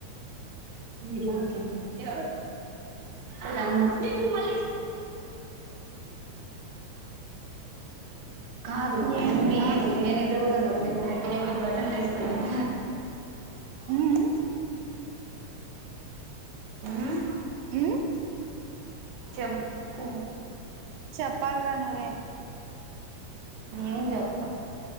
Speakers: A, on the right; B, on the right.
A: విలా ఇ అన్న ఉమ్ కాదు అ
B: ఏం ఆ
A: నేను నిద్రపోదం ఒకటి మీట్ బటన్ లేసుకోంట
B: ఉమ్
A: మ్
B: ఉమ్
A: చెప్పు
B: చెప్పాలరా నువ్వే
A: ఏం చేదం